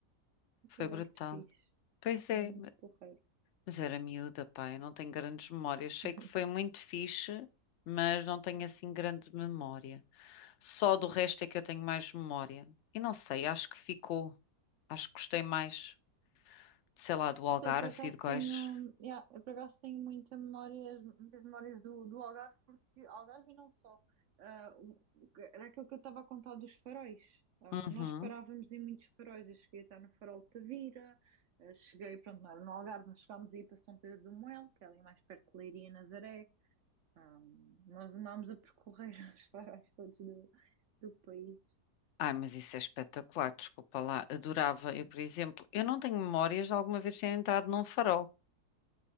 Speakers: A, on the right (about 65°); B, on the left (about 65°).
A: Aquilo
B: Foi brutal.
A: é muito fixe,
B: Pois é,
A: é muito porreiro.
B: mas era miúda, pá, eu não tenho grandes memórias. Sei
A: <laughs>
B: que foi muito fixe, mas não tenho assim grande memória. Só do resto é que eu tenho mais memória. E não sei, acho que ficou. Acho que gostei mais, sei lá, do
A: Não
B: Algarve
A: sei, por acaso
B: e de Góis.
A: tenho, yeah, eu por acaso tenho muita memórias, muitas memórias do, do Algarve, porque Algarve e não só. Ah, o- era aquilo que eu estava a contar dos faróis. Ah,
B: Uhum.
A: nós parávamos em muitos faróis. Eu cheguei a estar no farol de Tavira, ah, cheguei, pronto, não era no Algarve, mas chegámos a ir para São Pedro do Moel, que é ali mais perto de Leiria e Nazaré. Ah, nós andámos a percorrer <laughs> os faróis todos do, do país.
B: Ai, mas isso é espetacular, desculpa lá. Adorava,
A: Ah,
B: eu, por exemplo, eu não tenho memórias de alguma vez ter entrado num farol.